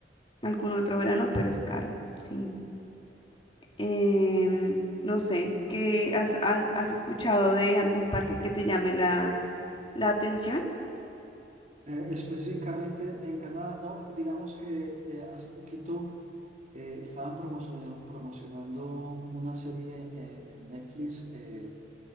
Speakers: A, on the left (about 30°); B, on the right (about 45°).
A: algún otro verano, pero es caro, sí. Em, no sé, ¿qué has, has- has escuchado de algún parque que te llame la, la atención?
B: Eh, específicamente en Canadá, no, digamos que eh, hace poquito. eh, estaban promocio- promocionando una serie eh, en Netflix eh,